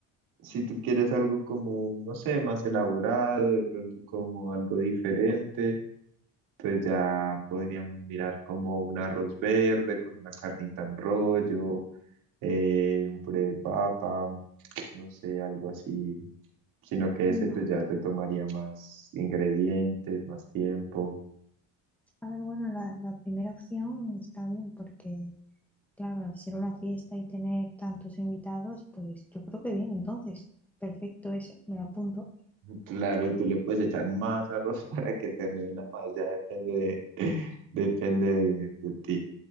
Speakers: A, on the right (about 65°); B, in the centre.
A: si tú quieres algo como, no sé, más elaborado, de pronto como algo diferente, pues ya podríamos mirar como un arroz verde con una carnita en rollo, eh, un puré de papa, no sé, algo así. Sino que
B: Vale.
A: ese pues ya te tomaría más ingredientes, más tiempo.
B: A ver, bueno, la, la primera opción está bien porque, claro, al ser una fiesta y tener tantos invitados, pues yo creo que bien, entonces, perfecto eso, me la apunto.
A: Claro, y tú le puedes echar más arroz <laughs> para que te mela más, ya depende de, <laughs> depende de, de ti.